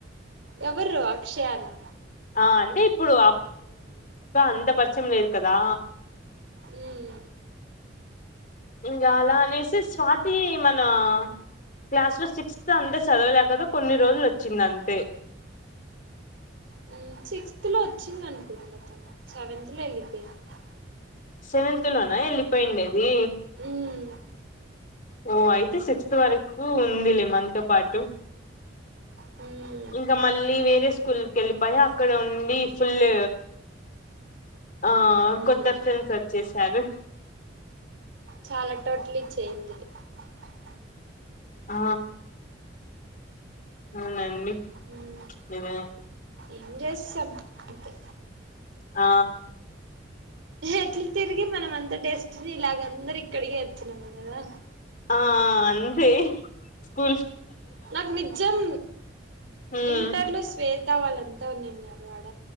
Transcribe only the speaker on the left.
ఆ అంటే ఇప్పుడు అంత పరిచయం లేదు కదా
ఇంగ అలా అనేసి స్వాతి మన క్లాస్ లో సిక్స్త్ అంత చదవలేకదా కొన్ని రోజులు వచ్చింది అంతే
సెవెంత్ లోనా వెళ్ళిపోయిండేది
ఓ అయితే సిక్స్త్ వరకు ఉంది లే మంతో పాటు
ఇంకా మళ్ళీ వేరే స్కూల్కి వెళ్ళిపోయ అక్కడ ఉండి ఫుల్ ఆ
కొత్త ఫ్రెండ్స్ వచేసారు
ఆ అవునండి
నిజమే
ఆ
ఆ అంతే స్కూ
హ్మ్